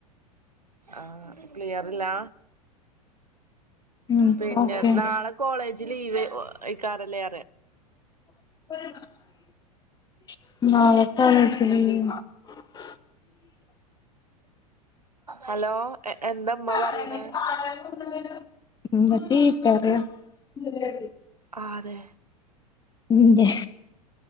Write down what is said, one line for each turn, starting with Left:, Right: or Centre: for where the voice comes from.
Right: ആഹ ക്ലിയറില്ലാ
Left: ഉം
Right: പിന്നെ
Left: ഓക്കെ
Right: നാളെ കോളേജ് ലീവ് എയ്ക്കാരംല്ലേ
Left: <unintelligible>
Right: ഹലോ
Left: <inaudible>
Right: എന്താ ഉമ്മ പറയണേ
Left: <unintelligible>
Right: ആഹ് അതെ
Left: ഇന്റെ